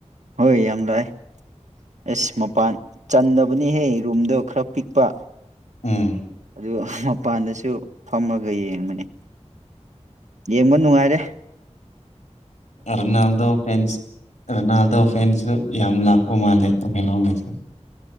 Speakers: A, on the right; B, on the left.
A: ꯍꯣꯏ ꯌꯥꯝ ꯂꯥꯛꯑꯦ ꯑꯁ ꯃꯄꯥꯟ ꯆꯟꯗꯕꯅꯤꯍꯦ ꯔꯨꯝꯗꯣ ꯈꯔ ꯄꯤꯛꯄ
B: ꯎꯝ
A: ꯑꯗꯨ ꯃꯄꯥꯟꯗꯁꯨ ꯐꯝꯃꯒ ꯌꯦꯡꯕꯅꯤ ꯌꯦꯡꯕ ꯅꯨꯡꯉꯥ ꯏꯔꯦ
B: ꯔꯣꯅꯥꯜꯗꯣ ꯐꯦꯟꯁ ꯔꯣꯅꯥꯜꯗꯣ ꯐꯦꯟꯁ ꯌꯥꯝꯂ ꯄ ꯃꯥꯜꯂꯦ ꯇꯨꯍ ꯂꯣꯒꯦꯁ